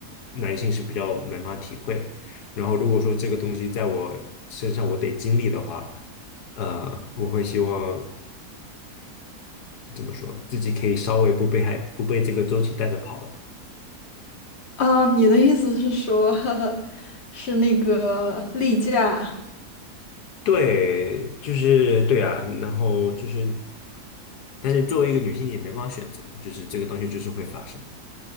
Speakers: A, on the left (about 80°); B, on the left (about 45°).
A: 男性是比较没办法体会的。然后如果说这个东西在我身上我得经历的话，呃，我会希望怎么说，自己可以稍微不被害、不被这个周期带着跑的。
B: 啊，你的意思是说，<laughs> 是那个例假，
A: 对，就是对啊，然后就是，但是作为一个女性也没办法选择嘛，就是这个东西就是会发生。